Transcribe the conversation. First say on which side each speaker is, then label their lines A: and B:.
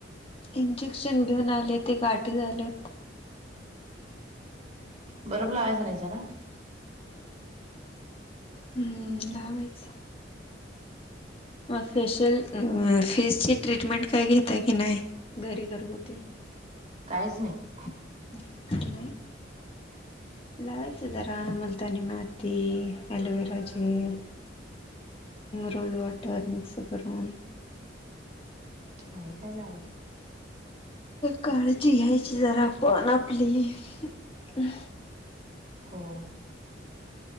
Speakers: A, on the left; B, on the right.
A: इंजेक्शन घेऊन आले ते गाठीे झालेत
B: बर्फ लावायचं नाही जरा
A: हम्म लावायच मग फेशियल आ फेसची ट्रीटमेंट काय घेताय आहे की नाही? घरी घरगुती
B: कायच नाही
A: <unintelligible> लावायचं जरा मुलतानी माती aloe vera gel rose water mix करून
B: नाही काय लावलं
A: काळजी घ्यायची जरा आपण आपली हंम
B: हो